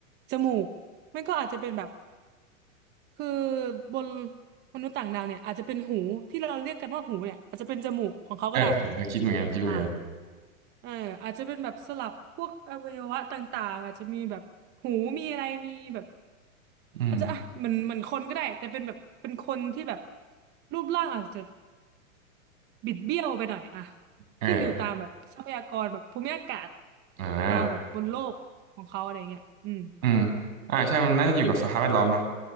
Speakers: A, on the right (about 25°); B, on the right (about 70°).
A: จมูกไม่ก็อาจจะเป็นแบบคือบนมนุษย์ต่างดาวเนี่ยอาจจะเป็นหูที่เราเรียกกันว่าหูเนี่ยอาจจะเป็นจมูกของเขาก็ได้
B: เออเออเออคิดเหมือนกันคิดเหมือนกัน
A: อ่ะ เอออาจจะเป็นแบบสลับพวกอวัยวะต่างๆอาจจะมีแบบหูมีอะไรมีแบบ
B: อืม
A: อาจจะอ่ะเหมือนเหมือนคนก็ได้แต่เป็นแบบเป็นคนที่แบบรูปร่างอาจจะบิดเบี้ยวไปหน่อยอะ
B: เออเออ
A: ขึ้นอยู่ตามแบบทรัพยากรแบบภูมิอากาศ
B: อ่า
A: ตามแบบบนโลกของเขาอะไรเงี้ยอืม
B: อืมอ่าใช่มันน่าจะอยู่กับสภาพแวดล้อมเนาะ